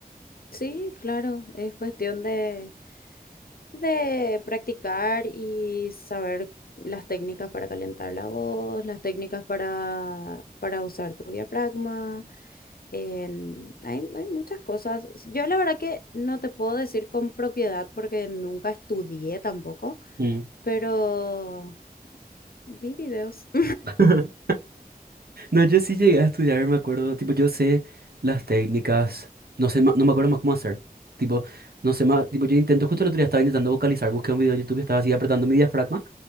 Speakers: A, on the left (about 70°); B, on the right (about 75°).
A: Sí, claro, es cuestión de de practicar y saber las técnicas para calentar la voz, las técnicas para, para usar tu diafragma. en- hay, hay muchas cosas. Yo la verdad que no te puedo decir con propiedad porque nunca estudié tampoco,
B: Ujú.
A: pero vi videos. <laughs>
B: <laughs> No, yo sí llegué a estudiar, me acuerdo, tipo, yo sé las técnicas, no sé, ma- no me acuerdo más cómo hacer. Tipo, no sé más, tipo, yo intento, justo el otro día estaba intentando vocalizar, busqué un video de YouTube, estaba así apretando mi diafragma